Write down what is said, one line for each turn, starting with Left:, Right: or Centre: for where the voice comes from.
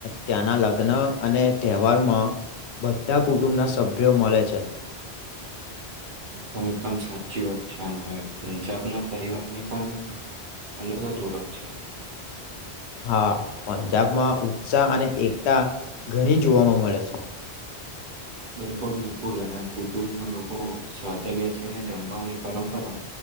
Left: ત્યાંના લગ્ન અને તહેવારમાં બધા કુટુંબના સભ્યો મળે છે,
Right: એકદમ એકદમ સાચી વાત છે, અને પંજાબના પરિવારની પણ અલગ ઓળખ છે,
Left: હા, પંજાબમાં ઉત્સાહ અને એકતા ઘણી જોવાવામાં મળે છે,
Right: બિલકુલ બિલકુલ અને કુટુંબના લોકો સાથે બેસીને જમવાની પરંપરા